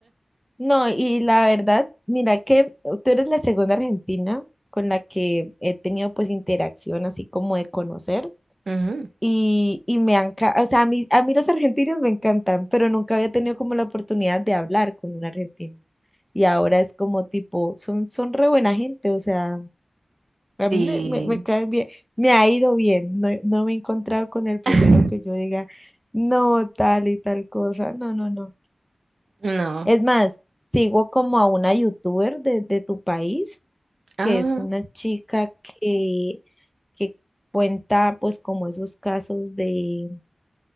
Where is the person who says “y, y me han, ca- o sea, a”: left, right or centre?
Centre